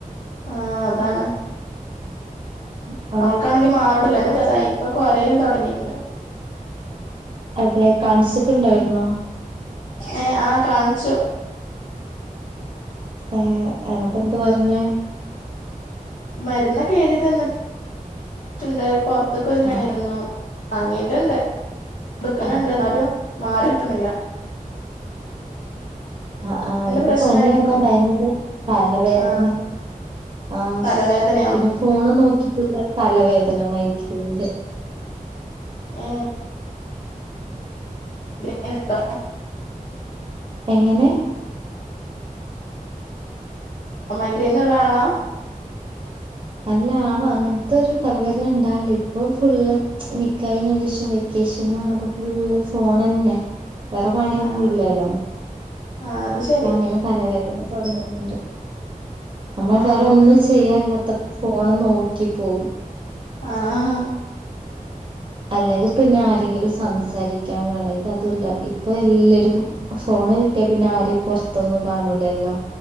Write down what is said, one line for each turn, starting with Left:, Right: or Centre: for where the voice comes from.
Left: ആഹ് അതാണ്
Right: ഉം
Left: അവൾക്കാണെങ്കി മാറ്ണല്ല എത്ര ദിവസായി ഇപ്പൊ കൊരയും തൊടങ്ങിയിണ്ട്
Right: അതേ കാണിച്ച്ക്ക്ണ്ടായിരുന്നോ
Left: ഏഹ് ആഹ് കാണിച്ചു
Right: ഏഹ് എന്നിട്ടെന്ത്‌ പറഞ്ഞേ
Left: മരുന്നൊക്കെഴുതി തന്നിട്ട് ട്ടുണ്ട് പൊർത്ത്ക്കൊരു മരുന്ന്
Right: ആ
Left: വാങ്ങീട്ടുണ്ട് കൊടുക്ക്ണ്ട്ന്നാലും
Right: ആ
Left: മാറി കിട്ടുന്നില്ല
Right: ആഹ് ആഹ് ഇപ്പൊ
Left: പ്രശ്നായിരിക്കും
Right: പനി വന്നാ ഭയങ്കര തലവേദന
Left: ആഹ്
Right: ആഹ്
Left: തലവേദനയോ
Right: പിന്നെ ഫോണ് നോക്കിട്ടുള്ള തലവേദന മൈഗ്രേന്റെ
Left: ഏഹ് പിന്നേ എന്താ
Right: എങ്ങനെ
Left: മൈഗ്രൈനുള്ള ആളാ
Right: അല്ലാള് അങ്ങൻത്തൊരു തലവേദനണ്ടാവല്ല ഇപ്പൊ ഫുള്ള് നിക്കായിഞ്ഞിന്റെഷം വ വേക്കേഷന് വന്നപ്പ ഫുള്ള് ഫോണെന്നെ
Left: <inaudible>
Right: വേറെ പണിയൊന്നുല്ലലോ
Left: ആഹ് ആഹ് അത് ശരി
Right: അപ്പൊ അങ്ങനെ തലവേദന തുടങ്ങുന്നുണ്ട് നമ്മള്
Left: ആഹ്
Right: വേറൊന്നും ചെയ്യാല്ലാത്തപൊ ഫോണ് നോക്കി പോവും
Left: ആഹ് ഹാ
Right: അല്ലെങ്കി പിന്നെ ആരെങ്കിലും സംസാരിക്കാൻ വേണം ഇത് അതുല്ല ഇപ്പൊല്ലരും ഫോണ് കിട്ടിയാ പിന്നെ ആരി പൊർത്തൊന്നും കാണൂലല്ലോ